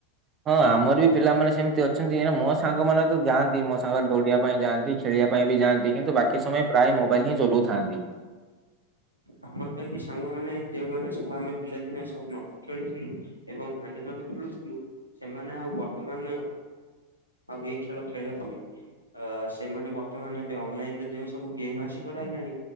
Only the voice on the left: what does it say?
ଆମର ତ ଏଠି ସାଙ୍ଗମାନେ ଯୋଉମାନେ ସବୁ ଆମେ ପିଲାଦିନେ ସବୁ ନ ଖେଳୁଥିଲୁ ଏବଂ ହାଣ୍ଡ ଜଣୁ ଖେଳୁଥିଲୁ ସେମାନେ ଆଉ ବର୍ତ୍ତମାନ ଆଉ ଏଇ ଖେଳ ଖେଳି ହବନି। ଅ ସେମାନେ ବର୍ତ୍ତମାନ ଏବେ ଅନଲାଇନରେ ଯୋଉ ସବୁ ଗେମ୍ ଆସି ଗଡା ହେଲାଣି